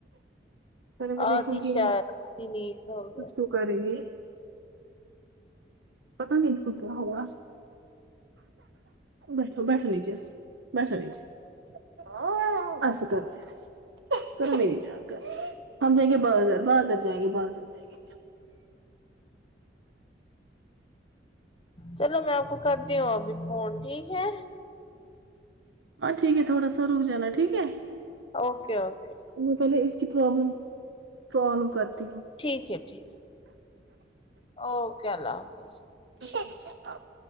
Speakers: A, on the right; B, on the left.
A: پہلے میں دیکھوں
B: آدھی
A: گی
B: شاید آدھی نیند ہو
A: کچھ
B: گئے
A: تو کر رہی ہے پتا نہیں اس کو کیا ہوا بیٹھو بیٹھو نچے بیٹھو نچے <unintelligible> کرو میری جان کرو ہم جاے گے بازار بازار جائیں گے بازار گے
B: چلو میں آپ کو کرتی ہوں ابھی فون ٹھیک ہے
A: ہاں ٹھیک ہے تھوڑا سا رک جانا ٹھیک ہے
B: اوکے اوکے
A: میں پہلے اس کی پرابلم پرابلم کرتی ہوں
B: ٹھیک ہے ٹھیک اوکے اللہ حافظ
A: <unintelligible>